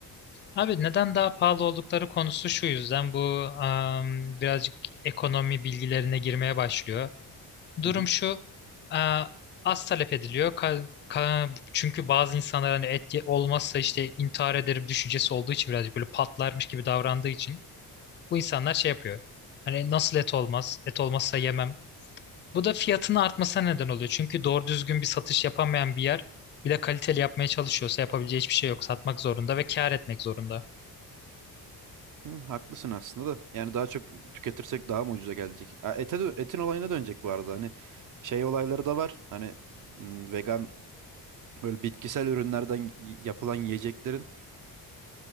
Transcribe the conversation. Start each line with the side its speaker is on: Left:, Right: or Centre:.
Left: Abi neden daha pahalı oldukları konusu şu yüzden bu am, birazcık ekonomi bilgilerine girmeye başlıyor. Durum
Right: Hı hı.
Left: şu, e, az talep ediliyor. Ka- ka- çünkü bazı insanlar hani et ye- olmazsa işte intihar ederim düşüncesi olduğu için birazcık böyle patlarmış gibi davrandığı için bu insanlar şey yapıyor. Hani nasıl et olmaz, et olmazsa yemem bu da fiyatının artmasına neden oluyor. Çünkü doğru düzgün bir satış yapamayan bir yer bir de kaliteli yapmaya çalışıyorsa yapabileceği hiçbir şey yok. Satmak zorunda ve kâr etmek zorunda.
Right: Hı, haklısın aslında da. Yani daha çok tüketirsek daha mı ucuza gelecek? Ha, ete dö- etin olayına dönecek bu arada. Hani şey olayları da var. Hani m, vegan böyle bitkisel ürünlerden y- yapılan yiyeceklerin